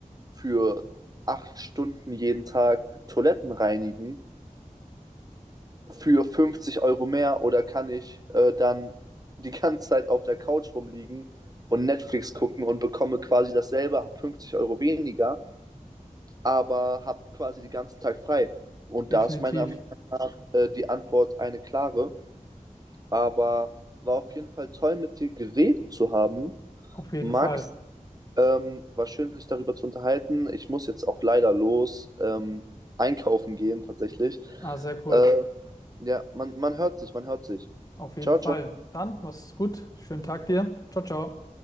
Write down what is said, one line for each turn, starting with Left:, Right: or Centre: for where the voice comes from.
Right: für acht Stunden jeden Tag Toiletten reinigen? für 50 Euro mehr oder kann ich äh, dann die ganze Zeit auf der Couch rumliegen und Netflix gucken und bekomme quasi dasselbe, habe 50 Euro weniger, aber habe quasi den ganzen Tag frei. Und
Left: definitiv.
Right: da ist meine äh, die Antwort eine klare. Aber war auf jeden Fall toll, mit dir geredet zu haben.
Left: Auf jeden
Right: Max,
Left: Fall.
Right: ähm, war schön, sich darüber zu unterhalten. Ich muss jetzt auch leider los ähm, einkaufen gehen, tatsächlich.
Left: Ah, sehr cool.
Right: Äh, ja, man, man hört sich, man hört sich.
Left: Auf jeden
Right: Ciao,
Left: Fall.
Right: ciao.
Left: Dann, mach's gut. Schönen Tag dir. Ciao, ciao.